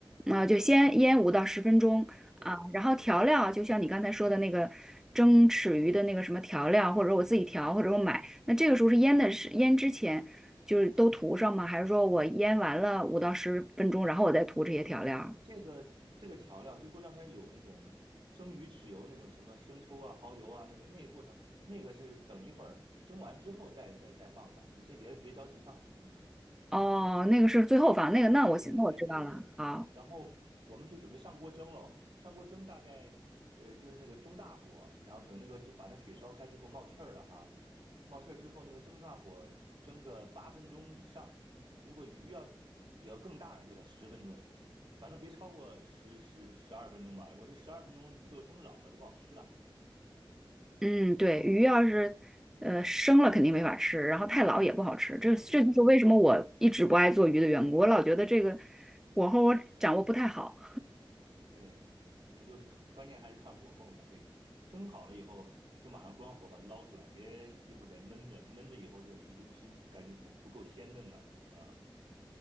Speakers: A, in the centre; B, on the right.
A: 啊、就先腌五到十分钟啊，
B: 对，
A: 然后调料就像你刚才说的那个蒸豉鱼的那个什么调料，
B: 嗯，
A: 或者我自己调，或者我买，那这个时候是腌的是腌之前就是都涂上吗？还是说我腌完了五到十分钟，然后我再涂这些调料？
B: 这个这个调料最后让它有那种蒸鱼豉油那种什么生抽啊、蚝油啊，那个那个过程，那个是等一会儿蒸完之后再再再放的，你先别别着急放，嗯。
A: 哦，那个是最后放，那个那我行，
B: 对对对对对，
A: 那我知道了。好，
B: 然后我们就准备上锅蒸喽。上锅蒸大概呃就是那个中大火，然后等那个就把那水烧开之后冒气儿了哈，冒气儿之后那个中大火蒸个八分钟以上。如果鱼要呃比较更大呢，就得十分钟，反正别超过十十十二分钟吧。我这十二分钟鱼就蒸老了就不好吃了。
A: 嗯，对，鱼要是呃生了肯定没法吃，然后太老也不好吃，这这就是为什么我一直不爱做鱼的缘故。
B: 对，就是个
A: 我老觉得这个火候我掌握不太好。
B: 对，那就是看关键还是看火候嘛。这个蒸好了以后，就马上关火把它捞出来，别一会儿再闷着，闷着以后这个鱼就不新，感觉不不够鲜嫩了啊。